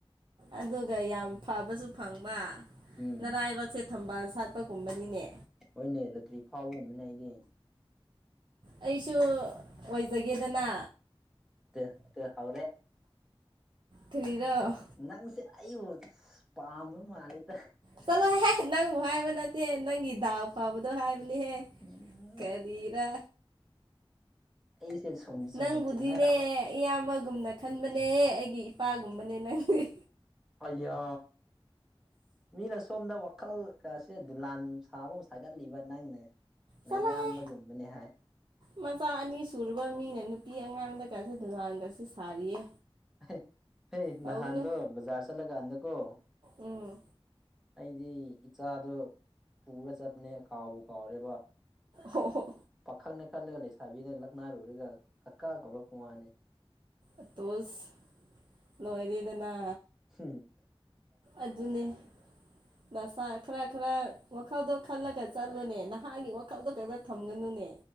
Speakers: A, on the right; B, in the centre.
A: ꯑꯗꯨꯒ ꯌꯥꯝ ꯐꯕꯁꯨ ꯐꯪꯕ
B: ꯎꯝ
A: ꯅꯔꯥꯏꯕꯛꯁꯦ ꯊꯝꯕꯥꯜ ꯁꯥꯠꯄ ꯒꯨꯝꯕꯅꯤꯅꯦ꯫
B: ꯍꯣꯏꯅꯦ ꯂꯣꯇ꯭ꯔꯤ ꯐꯥꯎꯕꯒꯨꯝꯕꯅꯦ ꯑꯩꯗꯤ
A: ꯑꯩꯁꯨ ꯑꯣꯏꯖꯒꯦꯗꯅ
B: ꯇꯦꯟ ꯇꯦ ꯍꯥꯎꯔꯦ
A: ꯀꯔꯤꯗ
B: ꯅꯪꯁꯦ ꯑꯩꯕꯨ ꯄꯥꯝꯕ ꯃꯥꯂꯦꯗ
A: ꯆꯠꯂꯣꯍꯦ ꯅꯪꯕꯨꯛ ꯍꯥꯏꯕ ꯅꯠꯇꯦ ꯅꯪꯒꯤ ꯗꯥꯎ ꯐꯥꯎꯕꯗꯣ ꯍꯥꯏꯕꯅꯦꯍꯦ꯫
B: ꯎꯝ
A: ꯀꯔꯤꯔꯥ꯫
B: ꯑꯩꯁꯦ ꯁꯨꯝ ꯁꯨꯝ
A: ꯅꯪꯕꯨꯗꯤꯅꯦ
B: ꯆꯤꯡꯅꯔꯛꯑꯦ
A: ꯏꯌꯥꯝꯕꯒꯨꯝꯅ ꯈꯟꯕꯅꯦ ꯑꯩꯒꯤ ꯏꯄꯥꯒꯨꯝꯕꯅꯦ ꯅꯪꯗꯤꯍꯤ
B: ꯑꯌꯥ ꯃꯤꯅ ꯁꯣꯝꯗ ꯋꯥꯈꯜ ꯒꯁꯦ ꯗꯨꯂꯥꯟ ꯁꯕꯥ ꯍꯧ ꯍꯥꯏꯒꯟꯂꯤꯕ ꯅꯪꯅ ꯅꯌꯥꯝꯕꯒꯨꯝꯕꯅꯦ
A: ꯆꯠꯂꯣꯍꯦ
B: ꯍꯥꯏ
A: ꯃꯆꯥ ꯑꯅꯤ ꯁꯨꯨꯔꯕ ꯃꯤꯅ ꯅꯨꯄꯤ ꯑꯉꯥꯡꯗꯒꯁꯨ ꯗꯣꯂꯟꯒꯁꯨ ꯁꯥꯔꯤꯌꯦ
B: ꯑꯍꯩ ꯍꯩ
A: ꯇꯧꯒꯅꯨ
B: ꯅꯍꯥꯟꯗꯣ ꯕꯖꯥꯔ ꯆꯠꯂꯀꯥꯟꯗꯀꯣ
A: ꯎꯝ
B: ꯑꯩꯗꯤ ꯏꯆꯥꯗꯣ ꯄꯨꯔ ꯆꯠꯄꯅꯦ ꯀꯥꯎꯕꯨ ꯀꯥꯎꯔꯦꯕ
A: ꯍꯣ ꯍꯣ
B: ꯄꯥꯈꯪꯅꯦ ꯈꯜꯂꯒ ꯂꯩꯁꯥꯕꯤꯅ ꯂꯛ ꯅꯥꯔꯨꯔꯒ ꯀꯛꯀꯥ ꯀꯧꯔꯛꯄ ꯋꯥꯅꯤ
A: ꯑꯇꯣꯁ ꯂꯣꯏꯔꯦꯗꯅ
B: ꯍꯨꯝꯍꯨꯝ
A: ꯑꯗꯨꯅꯦ <inaudible> ꯅꯁꯥ ꯈꯔ ꯈꯔ ꯋꯥꯈꯜꯗꯣ ꯈꯜꯂꯒ ꯆꯠꯂꯨꯅꯦ ꯅꯍꯥꯒꯤ ꯋꯥꯈꯜꯗꯣ ꯀꯛꯇ ꯊꯝꯒꯅꯨꯅꯦ